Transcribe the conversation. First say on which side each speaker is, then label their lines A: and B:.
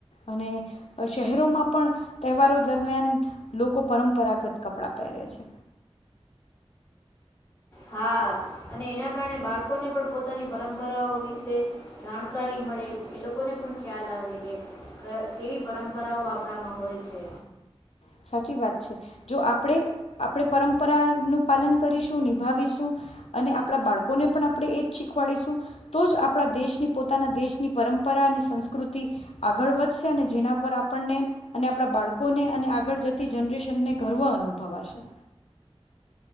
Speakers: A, on the left; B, on the left.
A: અને શહેરોમાં પણ તહેવારો દરમિયાન લોકો પરંપરાગત કપડાં પહેરે છે.
B: હા અને એના કારણે બાળકોને પણ પોતાની પરંપરાઓ વિશે જાણકારી મળે એ લોકોને પણ ખ્યાલ આવે કે કેવી પરંપરાઓ આપણામાં હોય છે.
A: સાચી વાત છે જો આપણે આપણે પરંપરાનું પાલન કરીશું નિભાવીશું અને આપણા બાળકોને પણ આપણે એજ શીખવાડીશું તો જ આપણા દેશની પોતાના દેશની પરંપરા અને સંસ્કૃતિ આગળ વધશે અને જેના પર આપણને અને આપણા બાળકોને અને આગળ જતી જનરેશનને ગર્વ અનુભવાશે.